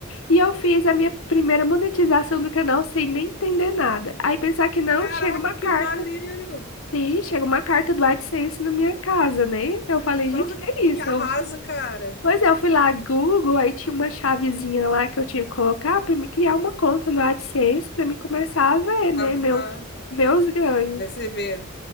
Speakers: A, on the left; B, on the left.
A: e eu fiz a minha primeira monetização do canal sem nem entender nada. Aí pensar que não,
B: Caraca,
A: chega uma
B: que
A: carta.
B: maneiro!
A: Sim, chega uma carta do AdSense na minha casa, né? Eu falei,
B: Nossa,
A: gente, que é
B: que
A: isso?
B: arraso,
A: Eu-
B: cara!
A: pois é, eu fui lá Google, aí tinha uma chavezinha lá que eu tinha que colocar para me criar uma conta no AdSense para me começar a ver, né,
B: Aham,
A: meu, meus ganhos.
B: deve ser mesmo.